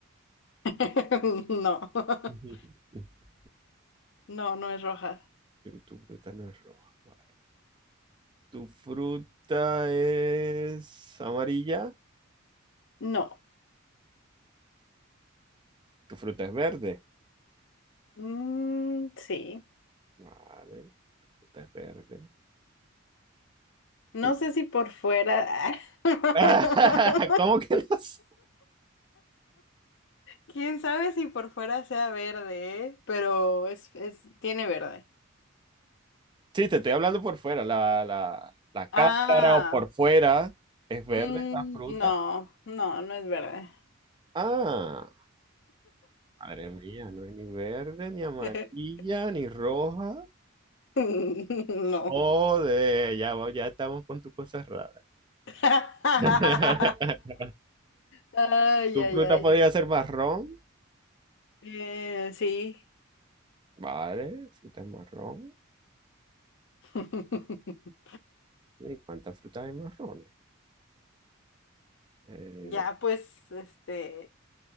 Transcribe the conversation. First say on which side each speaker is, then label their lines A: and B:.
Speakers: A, on the left (about 60°); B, on the right (about 25°).
A: <laughs> No, <laughs>
B: <laughs>
A: no, no es roja.
B: Tu, fruta no es roja, vale. Tu fruta es amarilla.
A: No.
B: Tu fruta es verde.
A: Mm, sí.
B: Vale. Tu fruta es verde.
A: No
B: Tu...
A: sé si por fuera. <laughs>
B: <laughs> ¿Cómo que no sé?
A: Quién sabe si por fuera sea verde, ¿eh? Pero es, es, tiene verde.
B: Sí, te estoy hablando por fuera. La, la, la
A: Ah,
B: cáscara o por fuera es verde
A: mm,
B: la fruta.
A: no, no, no es verde.
B: Ah, madre mía, no es ni verde, ni amarilla,
A: <laughs>
B: ni roja.
A: No.
B: Joder, ya, va- ya estamos con tus cosas raras.
A: <laughs>
B: <laughs>
A: Ay,
B: Tu
A: ay,
B: fruta
A: ay.
B: podría ser marrón.
A: Eh, sí.
B: Vale, fruta es marrón.
A: <laughs>
B: ¿Y cuántas frutas hay marrones? Eh,
A: Ya, pues, este,